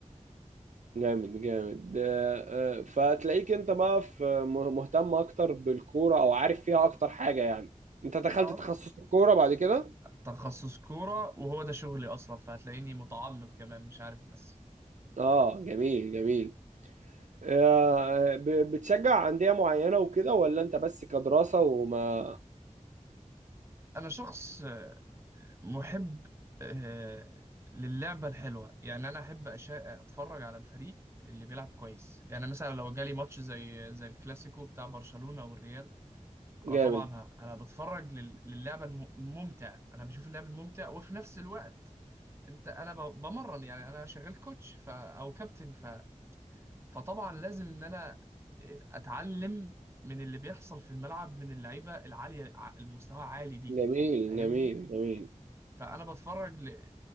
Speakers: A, on the right; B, on the right.
A: جامد جامد آه، آه، فتلاقيك انت بقى في م- مهتم اكتر بالكوره او عارف فيها اكتر حاجه يعني انت دخلت
B: اه
A: تخصص الكوره بعد كده
B: تخصص كورة وهو ده شغلي اصلا فهتلاقيني متعمق كمان مش عارف بس
A: اه جميل جميل آه، آه، ب- بتشجع انديه معينه وكده ولا انت بس كدراسه وما
B: انا شخص محب آه، للعبة الحلوة يعني انا احب أشا- اتفرج على الفريق اللي بيلعب كويس يعني مثلا لو جالي ماتش زي زي الكلاسيكو بتاع برشلونة والريال
A: جامد
B: انا طبعا ه- انا بتفرج لل- للعبة الممتع انا بشوف اللعب الممتع وفي نفس الوقت انت انا ب- بمرن يعني انا شغال كوتش ف او كابتن ف فطبعا لازم ان انا آه، اتعلم من اللي بيحصل في الملعب من اللعيبه العاليه ع- المستوى عالي دي
A: جميل
B: فاهمني
A: جميل جميل
B: فانا بتفرج ل...